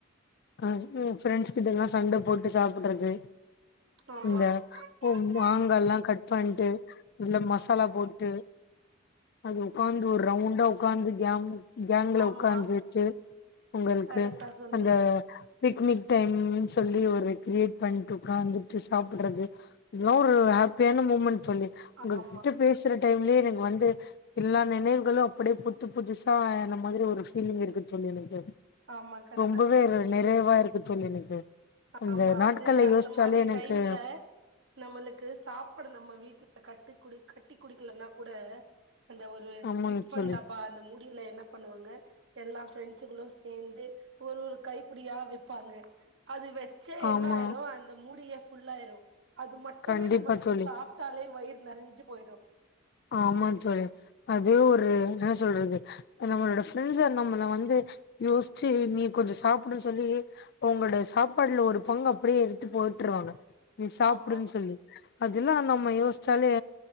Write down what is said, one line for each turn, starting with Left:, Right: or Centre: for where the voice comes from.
Left: அது ம் ஃபரெண்ட்ஸ் கிட்டல்லா சண்ட போட்டு சாப்புட்றது
Right: ஆமா
Left: இந்த
Right: ஆமா
Left: ஒ மாங்காலா கட் பண்ட்டு இல்ல மசா சாலா போட்டு அது ஒக்காந்து ஒரு ரவுண்டா ஒக்காந்து கேங் கேங்ல
Right: ஆமா
Left: ஒக்காந்துட்டு ஒங்கள்க்கு
Right: கரெக்டா சொன்னீங்க
Left: அந்த பிக்னிக் டைம்னு சொல்லி ஒரு கிரியேட் பண்ட்டு ஒக்காந்துட்டு சாப்புட்றது இதலா ஒரு ஹாப்பியான மூமெண்ட் தோழி
Right: அ
Left: உங்ககிட்ட
Right: அம்மா
Left: பேசுற டைம்லே எனக்கு வந்து எல்லா நெனைவுகளு அப்டியே புத்த புதுசா ஆன மாரி ஒரு ஃபீலிங் இருக்கு தோழி எனக்கு
Right: ஆமா கரெக்டா
Left: ரொம்பவே
Right: சொன்னீங்க.
Left: நிறைவா இருக்கு தோழி எனக்கு அந்த
Right: ஆமா
Left: நாட்கள
Right: அது அந்த
Left: யோசிச்சாலே
Right: மாரி
Left: எனக்கு
Right: டைம்ல நம்மளுக்கு சாப்பாடு நம்ம வீட்ல கட்டு குடி கட்டி குடிக்கலன்னா கூட அந்த ஒரு <unintelligible>
Left: ஆமாங்க
Right: ஸ்டிப்பன்
Left: தோழி
Right: டப்பா அந்த மூடி முடிவில என்ன பண்ணுவாங்க எல்லா பரெண்சுகளு சேந்து ஒரு ஒரு கைப்புடியா வெப்பாங்க அது வெச்சா என்னாயிரு
Left: ஆமா
Right: அந்த மூடியே ஃபுல்லாயிரு அது மட்டுமே
Left: கண்டிப்பா
Right: நம்மளுக்கு
Left: தோழி
Right: சாப் டாலே வயிறு நெரஞ்சு போய்ரு
Left: ஆமா தோழி அது ஒரு என்னா சொல்றது நம்மளோட ஃப்ரெண்ட்ஸ் நம்மள வந்து யோஸ்ச்சு நீ கொஞ்சோ சாப்டுன் சொல்லி ஒங்களோடய சாப்பாடுல ஒரு பங்கு அப்டியே எடுத்து போட்றுவாங்க நீ சாப்டுன்னு
Right: ஆமா
Left: சொல்லி அதுல்லா நம்ம யோஸ்ச்சாலே